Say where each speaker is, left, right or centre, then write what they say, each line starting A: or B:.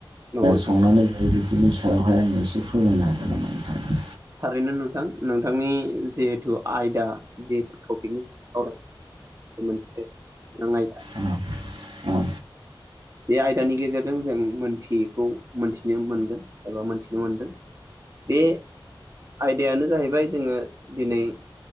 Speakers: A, on the right; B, on the right.
A: नंगौ नोंथां
B: संनानै जायो बेफोरनि सायावहाय आं एसे फोरमायनो हागोन नामा नोंथां
A: थारैनो नोंथां नोंथांनि जिहेथु आयदा जिहेथु टपिकनि औ दे बे मोनसे गोनां आयदा।
B: आ आ
A: बे आयदानि गेजेरजों जों मोनथियैखौ मोनथिनो मोनगोन एबा मोनथिनो मोनदों। बे आयदायानो जाहैबाय जोङो दिनै